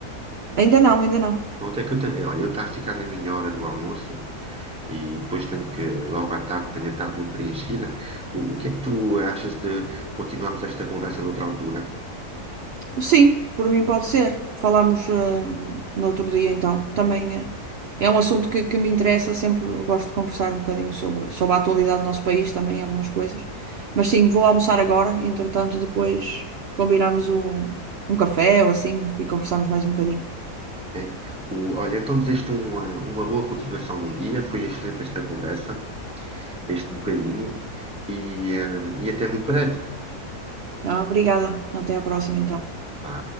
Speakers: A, on the right; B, in the centre.
A: Ainda não, ainda não.
B: Não, até que eu tenho, olha, eu estou a ficar na minha hora do almoço e depois tenho que, logo à tarde, tenho a tarde muito preenchida. O, o que é que tu achas de continuarmos esta conversa noutra altura?
A: Sim, por mim pode ser. falámos ah, no outro dia então. Também ah, é um assunto que, que me interessa, sempre gosto de conversar um bocadinho sobre, sobre a atualidade do nosso país também, algumas coisas. Mas sim, vou almoçar agora e entretanto depois combinamos um, um café ou assim e conversamos mais um bocadinho.
B: É. O- olha, então desejo-te uma, uma boa continuação de um dia. Foi excelente esta conversa, este bocadinho, e, eh, e até muito breve.
A: Ah, obrigada. Até à próxima então.
B: Vá.